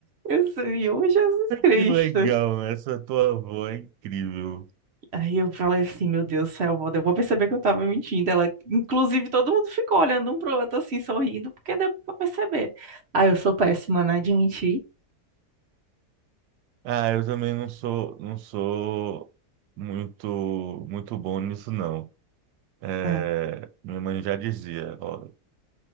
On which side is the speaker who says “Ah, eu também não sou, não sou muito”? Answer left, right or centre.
Right